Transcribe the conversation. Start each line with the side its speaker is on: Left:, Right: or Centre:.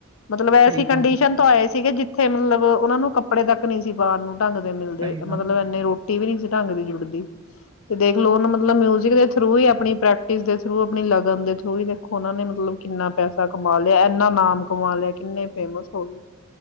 Left: ਮਤਲਬ ਐਸੀ
Right: ਸਹੀ
Left: ਕੰਡੀਸ਼ਨ
Right: ਗੱਲ
Left: ਤੋਂ ਆਏ ਸੀ ਸੀਗੇ ਜਿੱਥੇ ਮਤਲਬ ਉਹਨਾਂ ਨੂੰ ਕੱ ਕੱਪੜੇ ਤਕ ਨ ਸੀ ਬਾਹਰ ਨੂੰ ੰਗ ਦੇ ਮਿਲਦੇ
Right: ਸਹੀ
Left: ਮਤਲਬ
Right: ਗੱਲ
Left: ਇੰਨੇ ਰੋਟੀ ਟੀ ਵੀ ਨਹੀਂ ਸੀ ਢੰਗ ਦੀ ਜੁੜਦੀ ਤੇ ਦੇਖਲਓ ਉਹ ਮਤਲਬ ਮਿਊਜਿਕ ਦੇ ਥਰੂ ਹੀ ਆਪਣੀ ਪ੍ਰੈਕਟਿਸ ਦੇ ਥਰੂ ਆਪਣੀ ਲਗਨ ਦੇ ਥਰੂ ਹੀ ਦੇਖੋ ਉਹਨਾਂ ਨੇ ਮਤਲਬ ਕਿੰਨਾ ਪੈਸਾ ਕਮਾ ਲਿਆ ਇਨਾ ਨਾਮ ਕਮਾ ਲਿਆ ਕਿੰਨੇ ਫੇਮ ਹੋ ਗਏ